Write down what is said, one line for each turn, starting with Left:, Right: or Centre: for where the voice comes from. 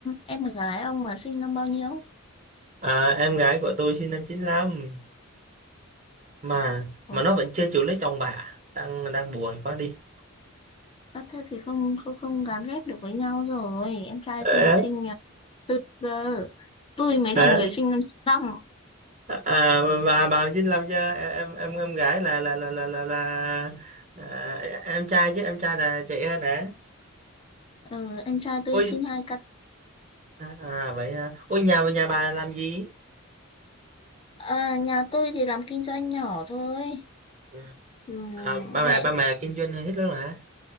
Left: em gái ông là sinh năm bao nhiêu?
Right: à, em gái của tôi sinh năm chín lăm mà
Left: Ồ.
Right: mà nó vẫn chưa chịu lấy chồng bà đang đang buồn quá đi
Left: Ơ thế thì không không không gán ghép được với nhau rồi. Em trai
Right: Ờ,
Left: tôi sinh nhà tư cơ. Tôi mới
Right: ờ.
Left: là người sinh năm 95.
Right: à, bà bà 95 chứ em em em gái là là là là là, là à, em trai chứ em trai là trẻ hơn hả
Left: Ừ, em trai tôi
Right: ôi
Left: sinh hai cặp.
Right: à, à vậy hả ôi nhà nhà bà làm gì
Left: À, nhà tôi thì làm kinh doanh nhỏ thôi.
Right: Ừ.
Left: Ừ,
Right: à, ba mẹ
Left: mẹ
Right: ba mẹ kinh doanh hết luôn hả